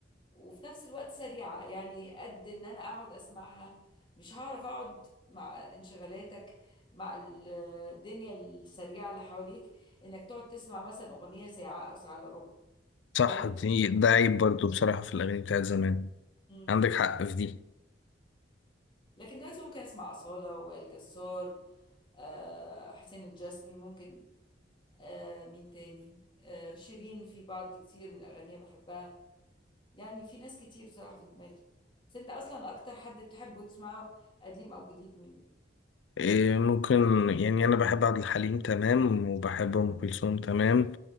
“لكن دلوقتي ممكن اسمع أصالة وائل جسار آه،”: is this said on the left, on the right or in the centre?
Left